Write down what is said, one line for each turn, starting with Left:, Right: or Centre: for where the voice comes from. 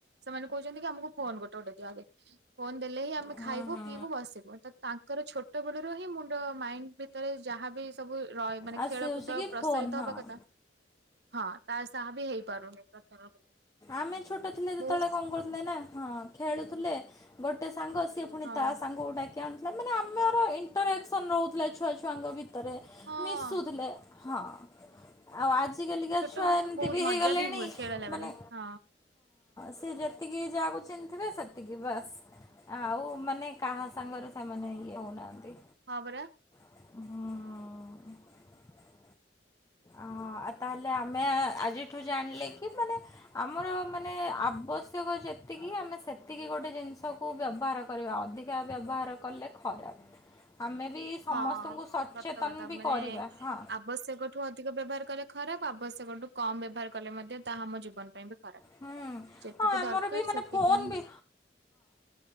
Right: ସେମାନେ କହୁଛନ୍ତି କି ଆମକୁ ଫୋନ୍ ଗୋଟେ ଗୋଟେ ଦିଅ ଆଗେ ଫୋନ୍ ଦେଲେ ହିଁ ଆମେ
Left: ହୁଁ
Right: ଖାଇବୁ
Left: ହୁଁ
Right: ପିଇବୁ ବସିବୁ ତ ତାଙ୍କର ଛୋଟ ବେଳରୁ ହିଁ ମୁଣ୍ଡ ମାଇଣ୍ଡ ଭିତରେ ଯାହାବି ସବୁ ରହ ମାନେ
Left: ଆଉ
Right: ଖେଳକୁଦ
Left: ସେ ହେଉଛି କି
Right: ପ୍ରସାରିତ
Left: ଫୋନ୍ ହଁ।
Right: ହବା କଥା, ହଁ ତା ସାହା ବି ହେଇପାରୁନି। <unintelligible>
Left: ଆମେ ଛୋଟ ଥିଲେ ଯେତେବେଳେ
Right: ବହୁତ
Left: କଣ କରୁ? ନା ହଁ ଖେଳୁଥିଲେ, ଗୋଟେ। ସାଙ୍ଗ ଆସିବେ ପୁଣି
Right: ହଁ
Left: ତା ସାଙ୍ଗ କୁ ଡାକି ଥିଲା ମାନେ ଆମର ଇଣ୍ଟରାକ୍ସନ ନଉଥିଲେ ଛୁଆ ଛୁଆଙ୍କ ଭି ତରେ
Right: ହଁ
Left: ମିସୁଥିଲେ। ହଁ ଆଉ ଆଜି ଆଜିକାଲିକା
Right: ଛୋଟବେଳେ
Left: ଛୁଆ ଏମିତି
Right: ତ ବହୁତ
Left: ବି
Right: ମଜା
Left: ହେଇଗଲେଣି
Right: ହୁଏ ଖେଳିଲା ବେଳେ
Left: ମାନେ
Right: ହଁ।
Left: ସି ଯେତିକି ଯାହାକୁ ଚିହ୍ନିଥିବେ, ସେତିକି ବାସ୍ ଆଉ ମାନେ କାହା ସାଙ୍ଗରେ ସେମାନେ ଇଏ ହେଉନାହାନ୍ତି।
Right: ହଁ ପରା
Left: ହଁ। ଅ। ତାହେଲେ ଆମେ ଆଜିଠୁ ଜାଣିଲେ କି ମାନେ ଆମର ମାନେ ଆବଶ୍ୟକ ଯେତିକି ଆମେ ସେତିକି ଗୋଟେ ଜିନିଷକୁ ବ୍ୟବହାର କରିବା ଅଧିକା ବ୍ୟବହାର କଲେ ଖରାପ। ଆମେ ବି ସମସ୍ତଙ୍କୁ
Right: ହଁ
Left: ସଚେତନ
Right: ସତକଥା
Left: ବି
Right: ମାନେ
Left: କରିବା ହଁ
Right: ଆବଶ୍ୟକଠୁ ଅଧିକ ବ୍ୟବହାର କଲେ ଖରାପ ଆବଶ୍ୟକଠୁ କମ୍ ବ୍ୟବହାର କଲେ ମଧ୍ୟ ତାହା ଆମ ଜୀବନ ପାଇଁ ବି ଖରାପ
Left: ହୁଁ
Right: ଯେତିକି
Left: ହଁ ଆମର
Right: ଦରକାର
Left: ବି ମାନେ
Right: ସେତିକି
Left: ଫୋନ୍
Right: ହିଁ।
Left: ବି